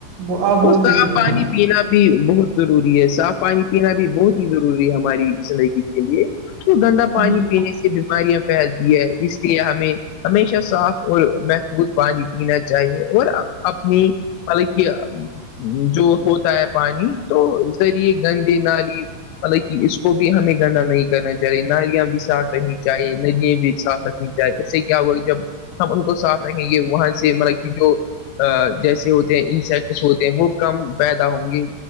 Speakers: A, on the right (about 70°); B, on the left (about 90°).
A: وہ آپ بولیے
B: اور صاف
A: چلو
B: پانی پینا بھی بہت ضروری ہے صاف پانی پینا بھی بہت ہی ضروری ہے ہماری زندگی لیے تو گندا پانی
A: جی
B: پینے سے بیماریاں پھیلتی ہے اس لیے ہمیں ہمیشہ صاف اور محفوظ پانی پینا چاہیے اور اپنی مل کیا جو ہوتا ہے پانی تو ذریعے گندے نالی حالانکہ اس کو بھی ہمیں گندا نہیں کرنا چاہیے نالیاں بھی صاف رہنی چاہیے ندیاں بھی صاف ر چاہی اس سے کیا ہوا کہ جب ہم ان کو صاتھ رکھیں گے وہاں سے مطلب کہ جو جیسے ہوتے ہیں انسیکٹس ہوتے ہیں وہ کم پیدا ہوں گے